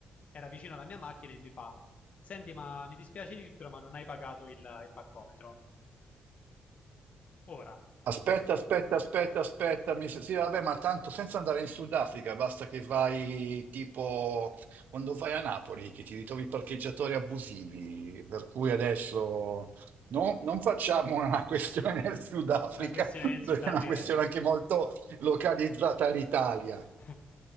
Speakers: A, on the left; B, on the right.
A: era vicino alla mia macchina e mi fa. Senti, ma mi dispiace dirtelo, ma non hai pagato il, il parcometro. Ora,
B: Aspetta, aspetta, aspetta, aspetta. mi- Sì, vabbè, ma tanto senza andare in Sudafrica, basta che vai tipo quando vai a Napoli, che ti ritrovi parcheggiatori abusivi. Per cui adesso no- non facciamo una <laughs> questione del Sudafrica,
A: una questione
B: <laughs>
A: del Sudafrica.
B: perché è una questione anche molto localizzata all'Italia.
A: <laughs>